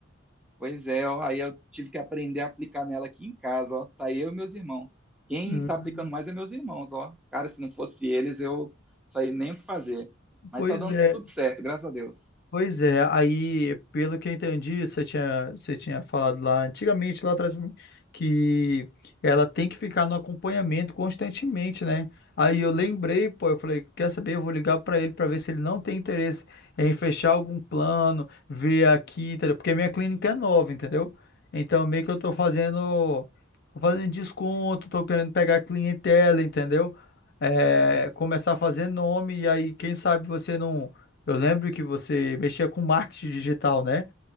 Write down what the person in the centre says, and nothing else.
Pois é, ó, aí eu tive que aprender a aplicar nela aqui em casa, ó. Tá eu e meus irmãos. Quem
tá aplicando mais é meus irmãos, ó. Cara, se não fosse eles, eu saí nem o que fazer. Mas
tá dando
tudo certo, graças a Deus.